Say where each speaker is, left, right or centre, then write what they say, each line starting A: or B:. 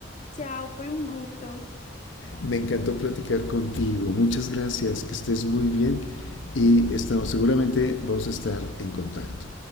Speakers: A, on the left; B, on the left.
A: Chao, fue un gusto.
B: Me encantó platicar contigo. Muchas gracias, que estés muy bien y estamos, seguramente vamos a estar en contacto.